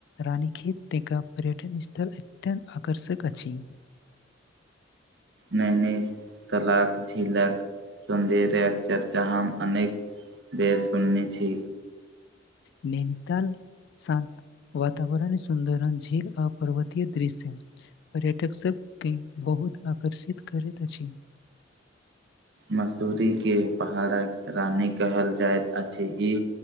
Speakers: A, on the left (about 60°); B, on the right (about 65°).
A: रानीखेत एक पर्यटन स्थल अत्यन्त आकर्षक अछि
B: नहि नहि तलाक हिलक सधेय चर्चा हम अनेक बेर सुनने छी
A: नैनीताल शांत वातावरण सुन्दर झील आ पर्वतीय दृश्य पर्यटक सब के बहुत आकर्षित करैत अछि
B: मसूरी के पहाड़क रानी कहल जाइत अछि ई